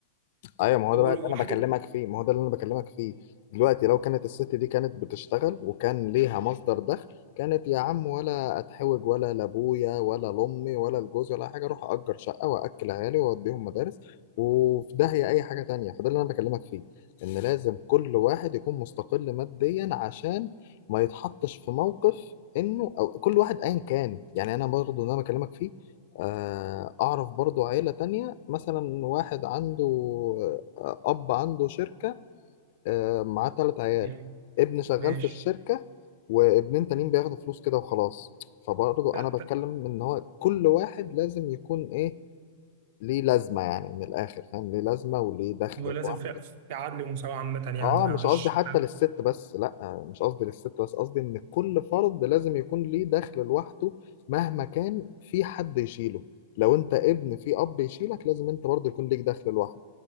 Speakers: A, on the left; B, on the right.
A: ايوه ما هو
B: طب
A: ده
B: وحاجة
A: بقى اللي انا بكلمك فيه ما هو ده اللي انا بكلمك فيه دلوقتي لو كانت الست دي كانت بتشتغل وكان ليها مصدر دخل كانت يا عم ولا اتحوج ولا لابويا ولا لامي ولا لجوزي ولا أي حاجه اروح اجر شقه واكل عيالي واوديهم مدارس وفي داهيه اي حاجه تانية فده اللي انا بكلمك فيه ان لازم كل واحد يكون مستقل ماديا عشان ما يتحطش في موقف انه او كل واحد ايا كان يعني انا برضه اللي انا بكلمك فيه آه، أعرف برضو عيلة تانية مثلا واحد عنده آه، أب عنده شركة آه، معاه تلات عيال
B: يعني
A: ابن شغال
B: ماشي
A: في الشركة وابنين تانيين بياخدوا فلوس كده وخلاص فبرضو أنا
B: ت-
A: بتكلم
B: ت-
A: إن هو كل واحد لازم يكون إيه ليه لازمة يعني من الآخر فاهم ليه لازمة وليه دخل
B: ولازم
A: لوحده
B: في في عدل ومساواة عامة
A: اه
B: يعني ما
A: مش
B: فيش
A: قصدي حتى للست بس لا مش قصدي للست بس قصدي ان كل فرد لازم يكون ليه دخل لوحده مهما كان في حد يشيله لو انت ابن في اب يشيلك لازم انت برضه يكون ليك دخل لوحدك